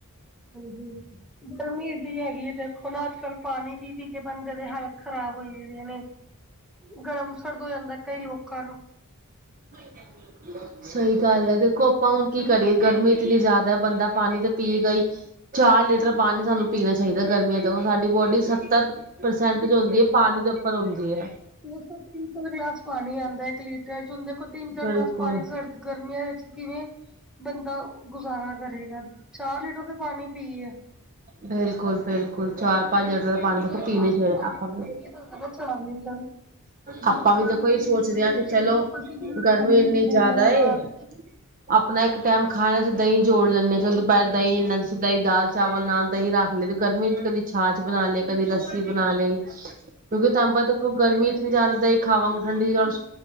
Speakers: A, in the centre; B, on the right.
A: ਹਾਂਜੀ ਗਰਮੀ ਏਡੀ ਹੈਗੀ ਏ ਦੇਖੋਂ ਨਾ ਅੱਜ ਕੱਲ੍ਹ ਪਾਣੀ ਪੀ ਪੀ ਕੇ ਬੰਦੇ ਦੇ ਹਾਲ ਖ਼ਰਾਬ ਹੋਈ ਹੋਇਆਂ ਨੇ ਗਰਮ ਸਰਦ ਹੋ ਜਾਂਦਾ ਕਈ ਲੋਕਾਂ ਨੂੰ
B: <inaudible> ਸਈ ਗੱਲ ਐਂ ਦੇਖੋਂ ਆਪਾਂ ਹੁਣ ਕੀ ਕਰੀਏ ਗਰਮੀ ਇਤਨੀ ਜਾਦਾ ਬੰਦਾ ਪਾਣੀ ਤੇ ਪੀਏਗਾ ਈ ਚਾਰ ਲੀਟਰ ਪਾਣੀ ਸਾਨੂੰ ਪੀਣਾ ਚਾਹੀਦੈ ਗਰਮੀਆਂ ਜਦੋਂ ਸਾਡੀ ਬੋਡੀ ਸ ਪਰ ਪ੍ਰਸੈਂਟਜ
A: ਇੱਕ
B: ਹੁੰਦੀ ਏ ਪਾਣੀ ਦੇ ਉੱਪਰ ਹੁੰਦੀ ਏ।
A: ਮਸਾਂ ਤਿੰਨ ਚੌ ਗਲਾਸ ਪਾਣੀ ਆਂਦਾ ਇੱਕ ਲੀਟਰ ਚ ਹੁਣ ਦੇਖੋਂ ਤਿੰਨ ਚਾਰ
B: ਬਿਲਕੁਲ।
A: ਗਲਾਸ ਪਾਣੀ ਸਰੜਦਾ ਗਰਮੀਆਂ ਵਿੱਚ ਕਿਵੇਂ ਬੰਦਾ ਗੁਜ਼ਾਰਾ ਕਰੇਗਾ ਚਾਰ ਲੀਟਰ ਤੇ ਪਾਣੀ ਪੀਏ
B: ਬਿਲਕੁਲ ਬਿਲਕੁਲ ਚਾਰ ਪੰਜ ਲੀਟਰ ਦਾ
A: <unintelligible>
B: ਪਾਣੀ ਦੇਖੋ
A: ਗਲਾਸ
B: ਪੀਣੇ ਚਾਹੀਦਾ
A: ਤੇ ਪਾਣੀ
B: ਆਪਾਂ
A: ਬੰਦਾ
B: ਨੂੰ
A: ਪੀਏ ਤੇ ਹੁੰਦੈ ਨਾ ਚਾਰ ਲੀਟਰ ਜਿੰਨਾ
B: ਆਪਾਂ ਵੀ
A: ਪਾਣੀ
B: ਦੇਖੋ ਇਹ
A: ਪੀਵੋ
B: ਸੋਚਦੇ
A: ਉਤਨਾ
B: ਹਾਂ ਕਿ
A: ਅੱਛਾ
B: ਚਲੋ
A: ਦੇਖੋ ਪਸੀਨਾ
B: ਗਰਮੀ
A: ਪਾਣੀ ਨਿਕਲੇ
B: ਇੰਨੀ ਜ਼ਿਆਦਾ
A: ਗਾ ਬਾਰ
B: ਏ ਆਪਣਾ ਇੱਕ ਟੈਮ ਖਾਇਆ ਦਈ ਚੌਲ ਲੈਂਣੇ ਚਲ ਦੁਪਹਿਰ ਦਈ <unintelligible> ਚਾਵਲ ਨਾਲ਼ ਦਹੀਂ ਰੱਖ ਲਏ ਤੇ ਗਰਮੀ ਚ ਕਦੀ ਛਾਛ ਬਣਾ ਲਈ ਕਦੀ ਲੱਸੀ ਬਣਾ ਲਈ ਕਿਉਂਕਿ ਤਾਂਬਾ ਦੇਖੋ ਗਰਮੀ ਜਿਤਨੀ ਜਾਦਾ ਦਈਂ ਖਾਵਾਂਗੇ ਠੰਡੀ ਔਰ